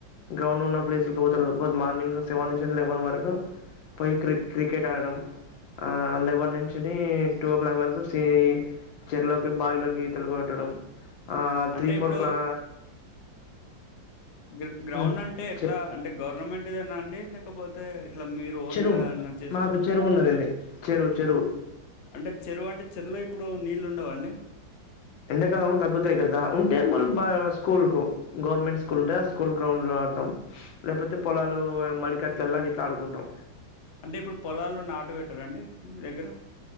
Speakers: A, on the left; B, on the left.
A: గ్రౌండ్ ఉన్న ప్లేసకి పోతరు మార్నింగ్ సెవెన్ నుంచి లెవెన్ వరకు పోయి క్రి క్రికెట్ ఆడడం ఆ లెవన్ నుంచి టూ ఓ క్లాక్ వరకు సి చెరలోకి బావిలోకి ఈతలుగోట్టడం ఆ త్రీ
B: అంటే
A: ఫోర్
B: ఇప్పుడు
A: క్లా
B: గ్ర గ్రౌండ్
A: ఆ
B: అంటే ఎట్లా
A: చెప్పు
B: అంటే గవర్నమెంట్దేనా అండి లేకపోతే ఇట్లా మీరు ఓన్గా
A: చెరువు
B: ఏమన్నా చేసుకు
A: మాకు చెరువు ఉన్నదండి చెరువు చెరువు
B: అంటే చెరువు అంటే చెరువులో ఇప్పుడు నీళ్ళు ఉండవండి
A: ఎండకాలం తగ్గుతాయి గదా అంటే మళ్ళ స్కూల్ కు గవర్నమెంట్ స్కూల్ ఉంటే ఆ స్కూల్ గ్రౌండ్ లో ఆడతాం లేకపోతే పొలాలు మరికట్లలా ఇట్లా ఆడుకుంటాం
B: అంటే ఇప్పుడు పొలాలు నాటు పెట్టారండి మీ దగ్గర